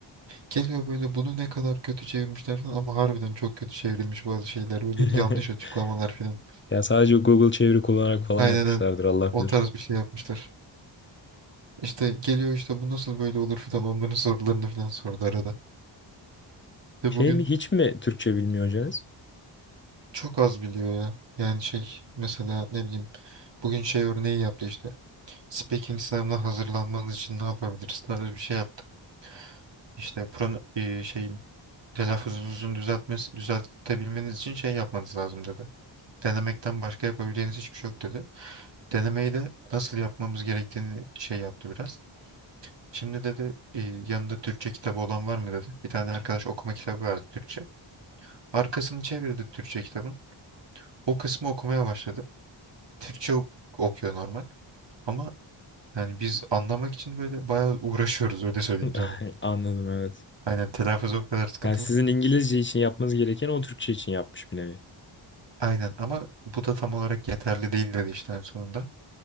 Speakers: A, on the right (about 60°); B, on the left (about 25°).
A: Geliyor böyle bunu ne kadar kötü çevirmişler falan ama harbiden çok kötü çevrilmiş bazı şeyler böyle
B: <laughs>
A: yanlış açıklamalar falan.
B: Ya sadece Google çeviri kullanarak falan
A: Aynen
B: yapmışlardır
A: aynen.
B: Allah
A: o
B: bilir.
A: tarz bir şey yapmışlar. İşte geliyor işte bu nasıl böyle olur falan onların sorularını falan sordu arada. Ve
B: Şey
A: bugün
B: mi hiç mi Türkçe bilmiyor hocanız?
A: çok az biliyor ya. Yani şey mesela ne bileyim bugün şey örneği yaptı işte. Speaking sınavına hazırlanmanız için ne yapabiliriz tarzı bir şey yaptı. İşte pron e, şeyin telaffuzunuzu düzeltmesi, düzeltebilmeniz için şey yapmanız lazım dedi. Denemekten başka yapabileceğiniz hiçbir şey yok dedi. Denemeyi de nasıl yapmamız gerektiğini şey yaptı biraz. Şimdi dedi "E, yanında Türkçe kitabı olan var mı dedi. Bir tane arkadaş okuma kitabı verdi Türkçe. Arkasını çevirdi Türkçe kitabın. O kısmı okumaya başladı. Türkçe ok- okuyor normal. Ama yani biz anlamak için böyle bayağı uğraşıyoruz öyle söyleyeyim
B: <laughs>
A: sana.
B: Anladım evet.
A: Aynen telaffuz o kadar sıkıntılı.
B: Yani sizin İngilizce için yapmanız gereken o Türkçe için yapmış bir nevi.
A: Aynen ama bu da tam olarak yeterli değil dedi işte en sonunda.